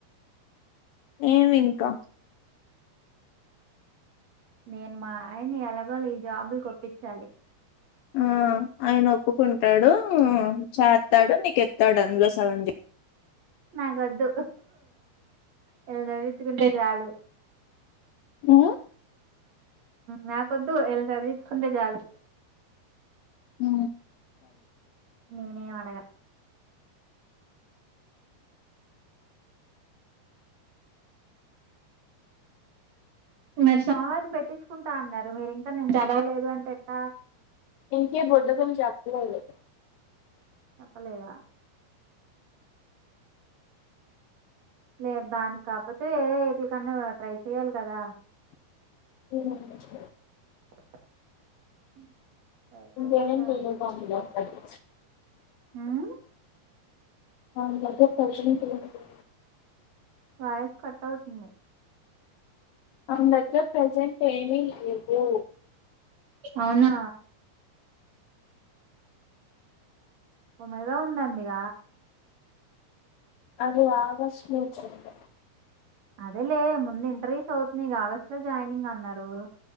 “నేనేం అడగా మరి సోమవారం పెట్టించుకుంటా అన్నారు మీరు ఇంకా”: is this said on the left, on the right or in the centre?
Right